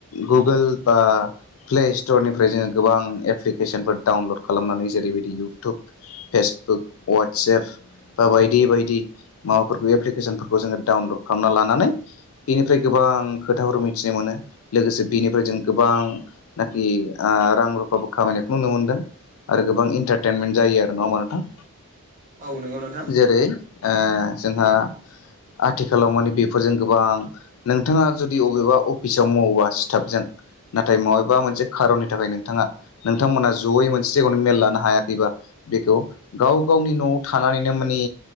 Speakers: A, on the left; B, on the right.
A: गुगोल बा प्लेस्टरनिफ्राय जोङो गोबां एप्लिकेसनफोर डाउनलड खालामनानै जेरैबायदि इउटुब फेसबुक वाट्सेएप बा बायदि बायदि। माबाफोरखौ एप्लिकेसनफोरखौ जोङो डाउनलड खालामना लानानै बिनिफ्राय गोबां खोथाफोर मिथिनो मोनो लोगोसे बेनिफ्राय जों गोबां नखि रां रुफाबो खामानिखौ नुनो मोनदों आरो गोबां इन्टारटेनमेन्ट जायो आरो नङा होमबा नोंथां?
B: औ नंगौ नोंथां
A: जेरै ओ जोंहा आथिखालाव माने बेफोरजों गोबां नोंथाङा जुदि अबेबा अफिसाव मावोबा स्टाफजों नाथाय मबेबा मोनसे खारननि थाखाय नोंथाङा नोंथां मोना जयै मोनसे जायगायावनो मेल लानो हायाखैबा बेखौ गाव गावनि न'आव थानानैनो माने